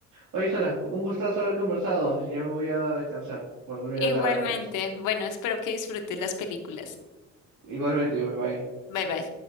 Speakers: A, on the right; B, on the left.
A: Oye, Sara, un gustazo haber conversado. Ya me voy a descansar por mirar
B: Igualmente,
A: la hora que es.
B: bueno, espero que disfrutes las películas.
A: Igualmente, bye bye.
B: Bye bye.